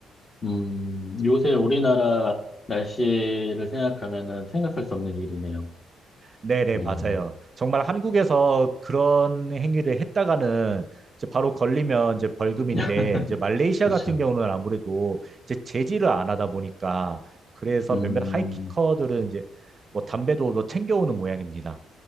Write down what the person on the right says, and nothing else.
네, 네,
맞아요. 정말 한국에서 그런 행위를 했다가는 이제 바로 걸리면 이제 벌금인데
이제 말레이시아
같은 경우는 아무래도 이제 제지를 안 하다 보니까 그래서
몇몇 하이킥커들은 이제 뭐 담배도 뭐 챙겨오는 모양입니다.